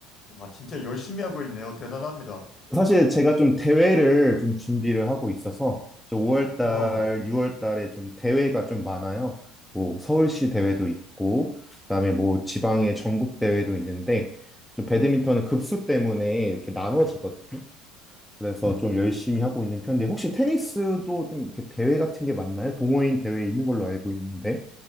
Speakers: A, on the left; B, in the centre.
A: 와, 진짜 열심히 하고 있네요. 대단합니다.
B: 사실 제가 좀 대회를 좀 준비를 하고 있어서 저 5월 달,
A: 와.
B: 6월 달에 좀 대회가 좀 많아요. 뭐 서울시 대회도 있고 그다음에 뭐 지방의 전국 대회도 있는데 좀 배드민턴은 급수 때문에 이렇게 나눠지거든요. 그래서 네. 좀 열심히 하고 있는 편인데 혹시 테니스도 좀 이렇게 대회 같은 게 많나요? 동호인 대회 있는 걸로 알고 있는데.